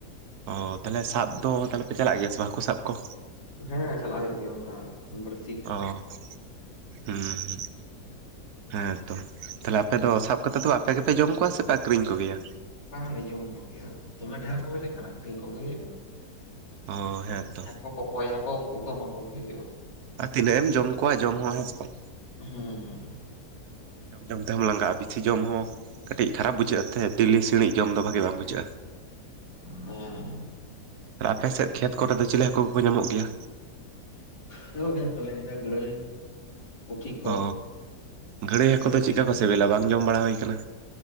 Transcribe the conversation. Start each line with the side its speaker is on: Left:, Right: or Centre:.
Right: ᱚ ᱛᱟᱦᱚᱞᱮ ᱥᱟᱵ ᱫᱚ ᱛᱟᱦᱚᱞᱮ ᱯᱮ ᱪᱟᱞᱟᱜ ᱜᱮᱭᱟ ᱥᱮ ᱵᱟᱝ ᱦᱟᱹᱠᱩ ᱥᱟᱵ ᱠᱚ?
Left: ᱦᱮᱸ ᱪᱟᱞᱟᱜ ᱦᱩᱭᱩᱜ ᱜᱮᱭᱟ ᱚᱝᱠᱟ <unintelligible>
Right: ᱚ ᱦᱩᱸᱦᱩᱸ ᱦᱮᱸ ᱛᱚ ᱛᱟᱦᱚᱞᱮ
Left: ᱜᱮᱭᱟ᱾
Right: ᱟᱯᱮ ᱫᱚ ᱥᱟᱵ ᱠᱟᱛᱮ ᱫᱚ ᱟᱯᱮ ᱜᱮᱯᱮ ᱡᱚᱢ ᱠᱚᱣᱟ ᱥᱮ ᱯᱮ ᱟᱠᱷᱨᱤᱧ ᱠᱚ ᱜᱮᱭᱟ?
Left: ᱵᱟᱝ ᱞᱮ ᱡᱚᱢ ᱠᱚᱜᱮᱭᱟ, ᱫᱚᱢᱮ ᱰᱷᱮᱨ ᱠᱚ ᱦᱩᱭ ᱞᱮᱠᱷᱟᱱ ᱟᱹᱠᱷᱨᱤᱧ ᱠᱚᱜᱮ ᱦᱳᱭᱳᱜᱼᱟ᱾
Right: ᱚ ᱦᱮᱸᱛᱚ
Left: ᱡᱟᱦᱟᱸᱭ ᱠᱚ ᱠᱚᱠᱚᱭ ᱟᱠᱚ ᱩᱱᱠᱩ ᱠᱚ ᱮᱢᱟ ᱠᱚᱜᱮ ᱦᱩᱭᱩᱜᱼᱟ᱾
Right: ᱟᱨ ᱛᱤᱱᱟᱹᱜ ᱮᱢ ᱡᱚᱢ ᱠᱚᱣᱟ ᱡᱚᱢ ᱦᱚᱸ ᱦᱮᱸ ᱪᱮ ᱵᱟᱝ?
Left: ᱦᱩᱸᱻ᱾
Right: ᱡᱚᱢ ᱡᱚᱢ ᱛᱮᱦᱚᱸᱢ ᱞᱟᱝᱜᱟᱜᱼᱟ, ᱵᱤᱥᱤ ᱡᱚᱢ ᱦᱚᱸ ᱠᱟᱹᱴᱤᱡ ᱠᱷᱟᱨᱟᱯ ᱵᱩᱡᱷᱟᱹᱜᱼᱟ ᱛᱷᱮ᱾ ᱰᱤᱞᱤ ᱥᱤᱬᱤᱡ ᱡᱚᱢ ᱫᱚ ᱵᱷᱟᱜᱮ ᱵᱟᱝ ᱵᱩᱡᱷᱟᱹᱜᱼᱟ᱾
Left: ᱦᱮᱸ
Right: ᱟᱯᱮ ᱥᱮᱫ ᱠᱷᱮᱛ ᱠᱚᱨᱮ ᱫᱚ ᱪᱮᱞᱮ ᱦᱟᱹᱠᱩ ᱠᱚᱠᱚ ᱧᱟᱢᱚᱜ ᱜᱮᱭᱟ?
Left: ᱧᱟᱢᱚᱜ ᱜᱮᱭᱟ ᱠᱚ ᱞᱮᱸᱡᱨᱟ, ᱜᱟᱹᱲᱟᱹᱭ᱾ ᱯᱩᱴᱷᱤ ᱠᱚ
Right: ᱚ ᱜᱟᱹᱲᱟᱹᱭ ᱦᱟᱹᱠᱩ
Left: ᱰᱟᱹᱲᱠᱤ
Right: ᱫᱚ ᱪᱮᱫᱠᱟ
Left: ᱠᱟᱛᱮᱫ
Right: ᱠᱚ ᱥᱮᱵᱮᱞᱟ? ᱵᱟᱝ ᱡᱚᱢ ᱵᱟᱲᱟ ᱦᱩᱭ ᱟᱠᱟᱱᱟ᱾